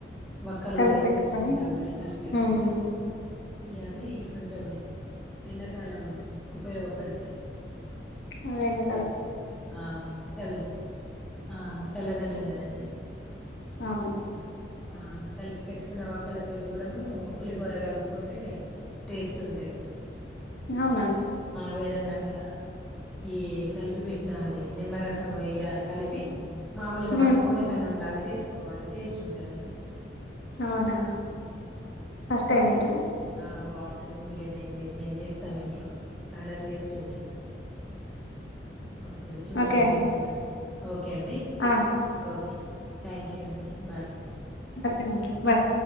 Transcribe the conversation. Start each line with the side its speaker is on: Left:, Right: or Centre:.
Centre: ఒక్కలు
Left: కలిపి
Centre: ఊరేసి
Left: పెట్టుకొని
Centre: పెట్టుకుంటాం అండి కలిపిపెట్టుకుంటాం
Left: ఉమ్
Centre: ఇవి అవి కొంచం ఎండకాలం ఉపయోగపడతాయ్
Left: అవునండి
Centre: ఆ చల్ ఆ చల్లదనం కదండి
Left: అవును
Centre: ఆ కలిపి పెట్టు కున్న ఒక్కలతోటి కూడా ము పులిహోర కలుపుకుంటే టేస్ట్ ఉంటుంది
Left: అవునా
Centre: వేడన్నంలా ఈ కలిపి పెట్టిన అది నిమ్మరసం వయ్య కలిపి మామలుగా మనం
Left: ఉమ్
Centre: పొనికన్నంలాగా చేసుం క్వాలి టేస్ట్ ఎంత ఉంటాదండి
Left: అవునా ఫస్ట్ టైమ్ వింటున్న
Centre: ఆ బాగుంటాది మీక నే మేము చేస్తాం ఇంట్లో చాలా టేస్ట్ ఉంటుది ఒకసారి చూడండి
Left: ఓకే అండి
Centre: మీరు కూడా ఓక ఓకే అండి
Left: ఆ
Centre: ఓకే థ్యాంక్ యూ అండి బాయ్
Left: థాంక్యూ బాయ్